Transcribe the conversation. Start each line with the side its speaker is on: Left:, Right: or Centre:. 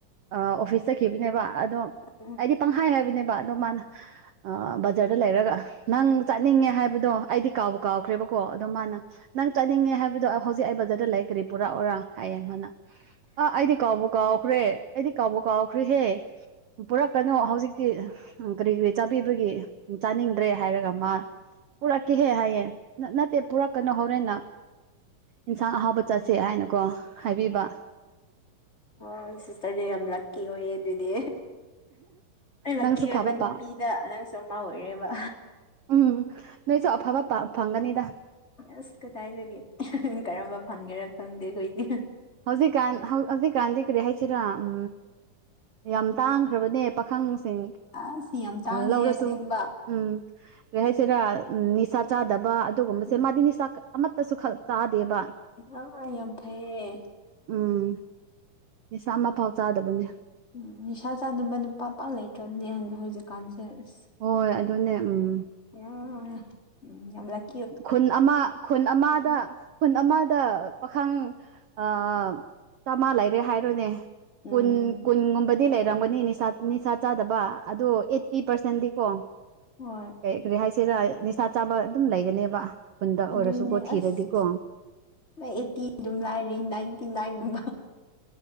Right: ꯑꯣꯐꯤꯁ ꯆꯠꯈꯤꯕꯅꯦꯕ ꯑꯗꯣ
Left: UNINTELLIGIBLE
Right: ꯑꯩꯗꯤ ꯄꯪꯍꯥꯏ ꯍꯥꯏꯕꯅꯦꯕ ꯑꯗꯣ ꯃꯥꯅ ꯑꯥ UNINTELLIGIBLE ꯗ ꯂꯩꯔꯒ ꯅꯪ ꯆꯠꯅꯤꯡꯉꯦ ꯍꯥꯏꯕꯗꯣ ꯑꯩꯗꯤ ꯀꯥꯎꯕ ꯀꯥꯎꯈ꯭ꯔꯦꯕꯀꯣ ꯑꯗꯣ ꯃꯥꯅ ꯆꯅꯤꯡꯉꯦ ꯍꯥꯏꯕꯗꯣ ꯍꯧꯖꯤꯛ ꯑꯩ ꯕꯖꯔꯗ ꯂꯩ ꯀꯔꯤ ꯄꯨꯔꯛꯑꯣꯔꯥ ꯍꯥꯏꯌꯦꯦꫪ ꯃꯥꯟꯅ ꯑ ꯑꯩꯗꯤ ꯀꯥꯎꯕꯨ ꯀꯥꯎꯈ꯭ꯔꯦ ꯑꯩꯗꯤ ꯀꯥꯎꯕꯨ ꯀꯥꯎꯈ꯭ꯔꯦꯍꯦ ꯄꯨꯔꯛꯀꯅꫭ ꯍꯧꯖꯤꯛꯇꯤ ꯎꯝ ꯀꯔꯤ ꯀꯔꯤ ꯆꯥꯕꯤꯕꯒꯤ ꯆꯥꯅꯤꯡꯗ꯭ꯔꯦ ꯍꯥꯏꯔꯒ ꯃꯥ ꯄꯨꯔꯛꯀꯦꯍꯦ ꯍꯥꯏꯌꯦ ꯅꯠꯇꯦ ꯄꯨꯔꯛ ꯀꯩꯅꯣ ꯍꯧꯔꯦꯟꯅ ꯏꯟꯁꯥꯡ ꯑꯍꯥꯎꯕ ꯆꯥꯁꯦ ꯍꯥꯏꯅꯀꯣ ꯍꯥꯏꯕꯤꯕ
Left: ꯍꫭꯏ ꯁꯤꯁꯇꯔꯗꯤ ꯌꯥꯝ ꯂꯛꯀꯤ ꯑꯣꯏꯌꯦ ꯑꯗꯨꯗꯤ ꯂꯛꯀꯤ
Right: ꯅꯪꯁꯨ
Left: ꯑꯣꯏꯕ
Right: ꯐꯕ
Left: ꯅꯨꯄꯤꯗ
Right: ꯄꯥ
Left: ꯅꯪꯁꯨ ꯑꯃ ꯑꯣꯏꯔꯦꯕ
Right: ꯎꯝ ꯅꯣꯏꯁꯨ ꯑꯐꯕ ꯐꯪꯒꯅꯤꯗ
Left: ꯑꯁ ꯀꯗꯥꯏꯗꯒꯤ ꯀꯔꯝꯕ ꯐꯪꯒꯦꯔꯥ ꯈꯪꯗꯦ ꯑꯩꯈꯣꯏꯗꯤ
Right: ꯍꯧꯖꯤꯛ ꯀꯥꯟ ꯍꯧ ꯍꯧꯖꯤꯛ ꯀꯥꯟꯗꯤ ꯀꯔꯤ ꯍꯥꯏꯁꯤꯔ ꯎꯝ ꯌꯥꯝ ꯇꯥꯡꯈ꯭ꯔꯕꯅꯦ ꯄꯥꯈꯪꯁꯤꯡ
Left: ꯑꯁ ꯌꯥꯝ ꯇꯥꯡꯉꯦ
Right: ꯂꯧꯔꯁꯨ
Left: ꯑꯁꯦꯡꯕ
Right: ꯎꯝ ꯀꯩ ꯍꯥꯏꯁꯤꯔꯥ ꯅꯤꯁꯥ ꯆꯥꯗꯕ ꯑꯗꯨꯒꯨꯝꯕꯁꯦ
Left: ꯎꯝ
Right: ꯃꯥꯗꯤ ꯅꯤꯁꯥ ꯑꯃꯠꯇꯁꯨ ꯈꯛ ꯆꯥꯗꯦꯕ
Left: ꯑꯌꯥ ꯌꯥꯝ ꯐꯩꯌꯦ
Right: ꯎꯝ ꯅꯤꯁꯤ ꯑꯃ ꯐꯥꯎ ꯆꯥꯗꯕꯅꯦ
Left: ꯎꯝ ꯅꯤꯁꯥ ꯆꯥꯗꯕ ꯅꯨꯄꯥꯄꯥ ꯂꯩꯇ꯭ꯔꯕꯅꯦꯗ ꯍꯧꯖꯤꯛꯀꯥꯟꯁꯦ ꯑꯁ
Right: ꯍꯣꯏ ꯑꯗꯨꯅꯦ ꯎꯝ
Left: ꯑ <unintelligible>
Right: ꯈꯨꯟ ꯑꯃ ꯈꯨꯟ ꯑꯃꯗ ꯈꯨꯟ ꯑꯃꯗ ꯄꯥꯈꯪ ꯑꯥ ꯆꯥꯝꯃꯥ ꯂꯩꯔꯦ ꯍꯥꯏꯔꯣꯅꯦ
Left: ꯎꯝ
Right: ꯀꯨꯟ ꯀꯟꯒꯨꯝꯕꯗꯤ ꯂꯩ ꯂꯩꯔꯝꯒꯅꯤ ꯅꯤꯁ ꯅꯤꯁꯥ ꯆꯥꯗꯕ ꯑꯗꯣ ꯑꯩꯠꯇꯤ ꯄꯥꯔꯁꯦꯟꯗꯤ ꯀꯣ
Left: ꯍꯣꯏ
Right: ꯀꯔꯤ ꯀꯔꯤ ꯍꯥꯏꯁꯤꯔꯥ ꯅꯤꯁꯥ ꯆꯥꯕ ꯑꯗꯨꯝ ꯂꯩꯒꯅꯦꯕ ꯈꯨꯟꯗ ꯑꯣꯏꯔꯁꯨꯀꯣ
Left: ꯑꯗꯨꯅꯦ ꯑꯁ
Right: ꯊꯤꯔꯗꯤꯀꯣ
Left: ꯑꯩꯠꯇꯤ ꯑꯗꯨꯝ ꯂꯥꯏꯔꯤ ꯅꯥꯏꯟꯇꯤ ꯅꯥꯏꯟ ꯒꯨꯝꯕ